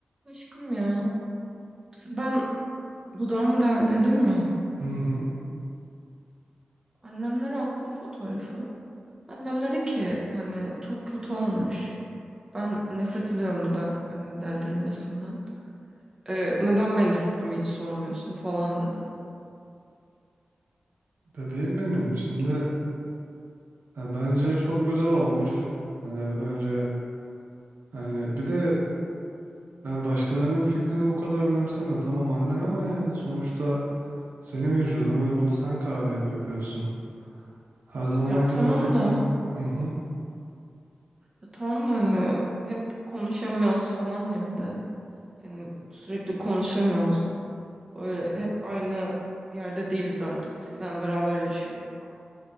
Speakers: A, on the right; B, on the right.
A: Aşkım ya. Ben dudağımı deldirdim ya.
B: Hı hı.
A: Annemlere attım fotoğrafı. Annem dedi ki hani çok kötü olmuş. Ben nefret ediyorum dudak hani deldirilmesinden. Ee, neden benim fikrimi hiç sormuyorsun falan dedi.
B: Bebeğim benim. Şimdi yani bence çok güzel olmuş. Hani önce hani bir de yani başkalarının fikrini bu kadar önemseme. Tamam annen ama yani sonuçta senin vücudun ve bunu sen karar verip yapıyorsun. Her zaman
A: Ya
B: herkesin
A: tamam
B: fikrini...
A: da
B: Hı hı.
A: ya tamam da hani hep konuşamıyoruz falan ya bir de. Hani sürekli konuşamıyoruz. Öyle hep aynı yerde değiliz artık. Eskiden beraber yaşıyorduk.